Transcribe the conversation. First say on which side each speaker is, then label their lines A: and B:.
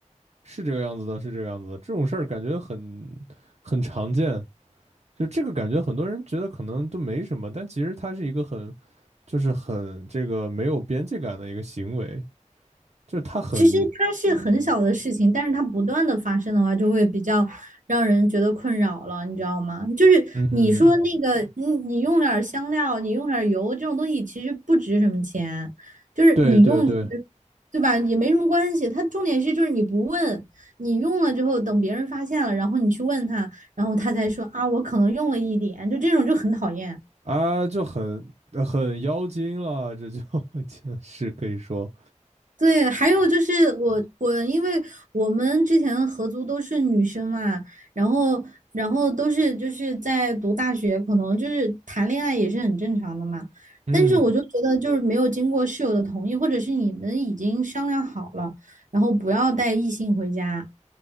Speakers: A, on the right; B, on the right.
A: 是这个样子的，是这个样子的。这种事儿感觉很很常见，就这个感觉很多人觉得可能都没什么，但其实它是一个很就是很这个没有边界感的一个行为，就是它很
B: 其实它是很小的事情，但是它不断的发生的话，就会比较让人觉得困扰了，你知道吗？就是你说那个，
A: 嗯，
B: 你你用点儿香料，你用点儿油，这种东西其实不值什么钱，就是你用，
A: 对对对
B: 对吧？也没什么关系。它重点是就是你不问，你用了之后，等别人发现了，然后你去问他，然后他才说啊，我可能用了一点，就这种就很讨厌。
A: 啊，就很呃很妖精了，这就 <laughs> 就是可以说
B: 对，还有就是我我，因为我们之前合租都是女生嘛，然后然后都是就是在读大学，可能就是谈恋爱也是很正常的嘛。
A: 嗯，
B: 但是我就觉得就是没有经过室友的同意，或者是你们已经商量好了，然后不要带异性回家，